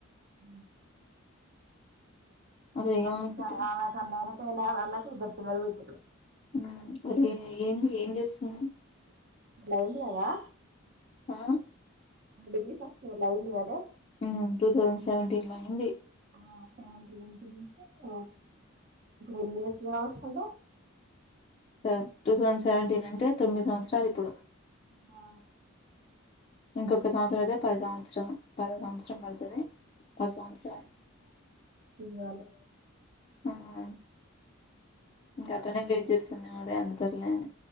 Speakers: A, on the right; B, on the left.
A: ఊ
B: అసలు
A: <unintelligible> వాళ్ళ
B: ఏమనుకుంటుంది
A: అన్నకు ఇద్దరు పిల్లలు పుట్టిర్రు
B: ఊ ఒరే ఏంది ఏం జేస్తున్నావ్
A: లైన్ గా రా
B: ఆ
A: ఆ డిగ్రీ ఫస్టు లైను గదే
B: ఊ టూ థౌసండ్ సెవెంటీన్ ల అయింది
A: ఇప్పుడు ఎన్ని ఇయర్స్ గావొస్తుంది
B: స టూ థౌసండ్ సెవెంటీన్ అంటే తొమ్మిది సంవత్సరాలు ఇప్పుడు
A: ఆ
B: ఇంకొక సంవత్సరం అయితే పది సంవత్సరం పదవ సంవత్సరం పడుతది పది సంవత్సరాలు
A: తిరగాలి
B: ఉమ్ ఇంకా అట్లనె వెయిట్ చేస్తున్నాము అదే అందుతదిలే అని